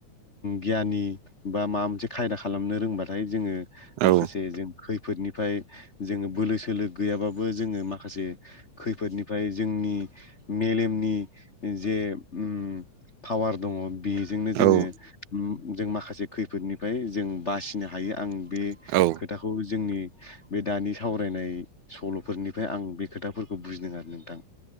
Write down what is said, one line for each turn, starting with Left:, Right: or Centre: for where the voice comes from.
Left: गियानि बा माबा मोनसे खायदा खालामनो रोंबाथाय जोङो
Right: औ
Left: माखासे जों खै खैफोदनिफ्राय जोङो बोलो सोलो गैयाबाबो जोङो माखासे खैफोदनिफ्राय जोंनि मेलेमनि जे उम फावार दङ बेजोंनो जोङो
Right: औ
Left: जों माखासे खैफोदनिफ्राय जों बासिनो हायो आं बे
Right: औ
Left: खोथाखौ जोंनि बे दानि सावरायनाय सल'फोरनिफ्राय आं बे खोथाफोरखौ बुजिदों आरो नोंथां